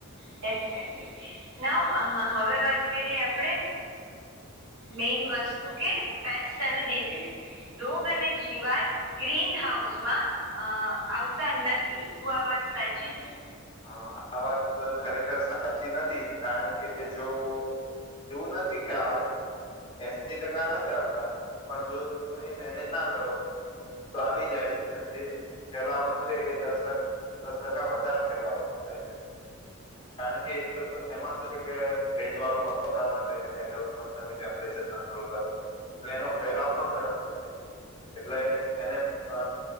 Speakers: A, on the right; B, on the left.
A: ડેફિનેટલી નવ હવે વાત કરીએ આપણે મેઈઇન વસ્તુ કે પેસ્ટ અને ડિઝીઝ રોગ અને જીવાત ગ્રીન હાઉસ માં અ આવતા નથી. સુઆ વાત સાાયચી જ
B: હ આ વાત ખરેખર સાચી નથી કારણ કે જો. એવું નથી કે આવે એસી ટકા નથી આવતા પણ જો તમે મેનેજ ના કરો. તો આવી જાય છે અને જે ફેલાવો છે એ દસ દસ ટકા વધારો ફેલાવો થાય છે કારણ કે એક તો એમાં શું છે કે ભેજવાળું વાતાવરણ રહે છેટ હાઉસમાં તમે ટેમ્પરેચર એટલે એનો ફેલાવો ઝડપ થી થાય જાય. એટલે એને અ